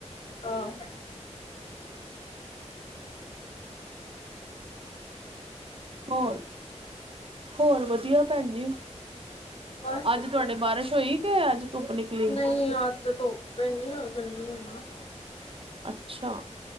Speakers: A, on the left; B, on the right.
A: ਆਹੋ
B: ਹੋਰ, ਹੋਰ ਵਧੀਆ ਭੈਨ ਜੀ।
A: ਬਸ
B: ਅੱਜ
A: ਵਧੀਆ।
B: ਤੁਹਾਡੇ ਬਾਰਿਸ਼ ਹੋਈ ਕੇ ਅੱਜ? ਧੁੱਪ ਨਿਕਲੀ?
A: ਨਹੀਂ ਅੱਜ ਤੇ ਧੁੱਪ ਏਨੀ ਆ, ਗਰਮੀ ਆ।
B: ਅੱਛਾ।